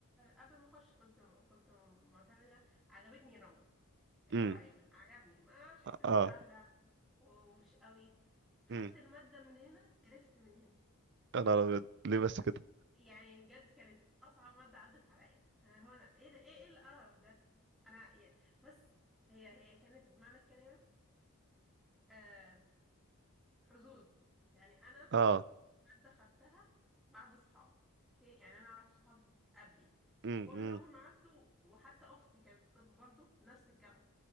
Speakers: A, in the centre; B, on the right.
A: قبل ما أخش كنت كنت معتمدة عجبتني رمد اللي
B: امم
A: هو عيون عجبني ما أعرفش حسيتها
B: اه
A: سهلة ومش قوي خدت
B: مم.
A: المادة من هنا قرفت من هنا
B: يا نهار أبيض ليه بس كده
A: يعني بجد كانت اصعب ماده عدت عليا انا هنا ايه ده ايه ايه القرف ده انا يعني بس هي هي كانت بمعنى الكلمه آه حظوظ يعني انا
B: اه
A: ماده خدتها بعد صحابي اوكي يعني انا اعرف صحاب قبلي
B: امم
A: كلهم عدوا وحتى اختي كانت في طب برضه نفس الجامعه